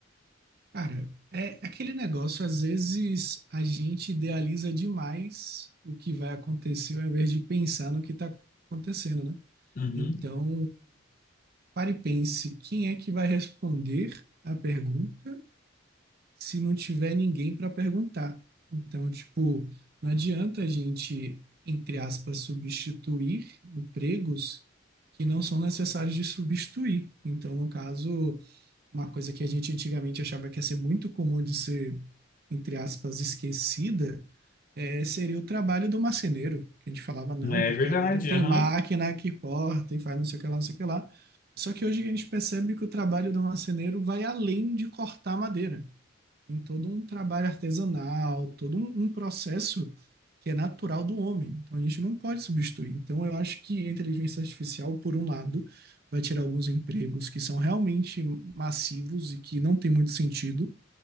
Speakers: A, on the right (about 50°); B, on the left (about 45°).
A: Cara, é aquele negócio, às vezes a gente idealiza demais o que vai acontecer, ao invés de pensar no que está acontecendo, né?
B: Uhum.
A: Então, pare e pense, quem é que vai responder a pergunta? se não tiver ninguém para perguntar. Então, tipo, não adianta a gente, entre aspas, substituir empregos que não são necessários de substituir. Então, no caso, uma coisa que a gente antigamente achava que ia ser muito comum de ser, entre aspas, esquecida, eh, seria o trabalho do marceneiro, que a gente falava, não,
B: É
A: porque
B: verdade,
A: agora tem
B: aham.
A: máquina que corta e faz não sei o que lá, não sei o que lá. Só que hoje a gente percebe que o trabalho do marceneiro vai além de cortar madeira. Tem todo um trabalho artesanal, todo um, um processo que é natural do homem. Então a gente não pode substituir. Então eu acho que a inteligência artificial, por um lado, vai tirar alguns empregos que são realmente massivos e que não tem muito sentido.